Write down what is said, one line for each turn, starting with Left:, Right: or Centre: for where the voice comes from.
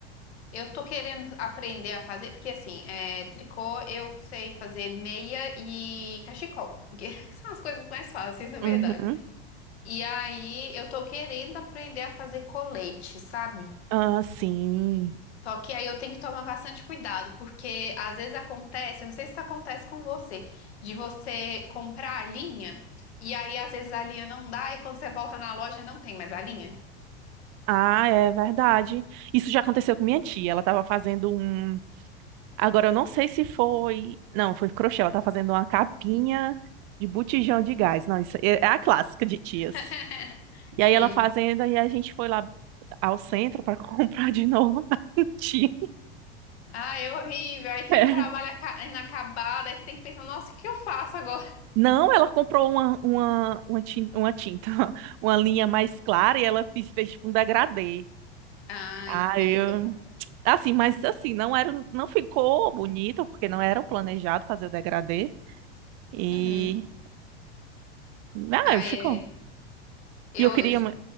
Left: eu tô querendo aprender a fazer, porque assim, é, tricô eu sei fazer meia e cachecol, que <laughs> são as coisas mais fáceis, na verdade.
Right: Uhum.
Left: E aí eu tô querendo aprender a fazer colete, sabe?
Right: Ah, sim.
Left: Só que aí eu tenho que tomar bastante cuidado, porque às vezes acontece, eu não sei se isso acontece com você, de você comprar a linha e aí às vezes a linha não dá e quando você volta na loja não tem mais a linha.
Right: Ah, é verdade. Isso já aconteceu com minha tia. Ela estava fazendo um Agora, eu não sei se foi. Não, foi crochê. Ela tá fazendo uma capinha de botijão de gás. Não, isso é é a clássica de tias.
Left: <laughs>
Right: E aí ela
Left: Sim.
Right: fazendo, e a gente foi lá ao centro para <laughs> comprar de novo <laughs> uma tinta.
Left: Ah, é horrível. Aí fica
Right: É.
Left: o trabalho aca- inacabado, aí você tem que pensar, nossa, o que que eu faço agora?
Right: Não, ela comprou uma, uma, uma tin- uma tinta, <laughs> uma linha mais clara e ela fez, fez tipo um degradê.
Left: Ah,
Right: Ah,
Left: e
Right: eu.
Left: aí deu bom.
Right: Assim, mas assim, não era, não ficou bonito, porque não era o planejado fazer o degradê. E.
Left: Uhum.
Right: Ah,
Left: Ah,
Right: ficou.
Left: é. Eu,
Right: E eu queria.
Left: eu
Right: mu-